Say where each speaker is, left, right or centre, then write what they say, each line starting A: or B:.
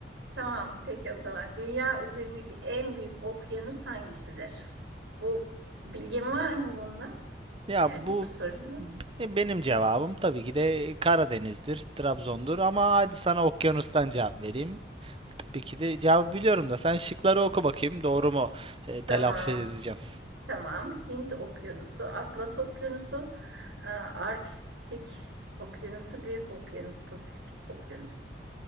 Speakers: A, on the right; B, on the right.
A: Tamam. Peki o zaman. Dünya üzerindeki en büyük okyanus hangisidir? Bu bilgin var mı bunda?
B: Ya
A: Yani
B: bu
A: bu sorunun.
B: be- benim cevabım tabii ki de Karadeniz'dir, Trabzon'dur ama hadi sana okyanustan cevap vereyim. Tabii ki de cevabı biliyorum da sen şıkları oku bakayım doğru mu e, telaffuz
A: Tamam.
B: edeceğim.
A: Tamam. Hint Okyanusu, Atlas Okyanusu, e, Arktik Okyanusu, Büyük Okyanus, Pasifik Okyanusu.